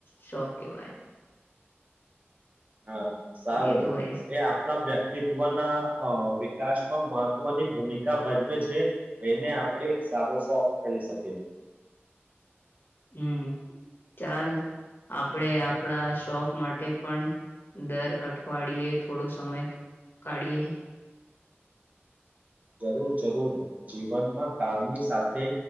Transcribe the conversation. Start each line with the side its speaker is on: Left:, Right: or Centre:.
Left: શોખ કેવાય.
Right: હા, સારું
Left: એ તો ભાઈ
Right: એ આપડા વ્યક્તિત્વ ના અ વિકાસ માં મહત્વની ભૂમિકા ભજવે છે એને આપણેે એક સારો સ શોખ કરી શકે.
Left: હમ ચાલ આપડે આપડા શોખ માટે પણ દર અઠવાડિયે થોડો સમય કાઢીએ.
Right: જરૂર જરૂર જીવનમાં કામની સાથે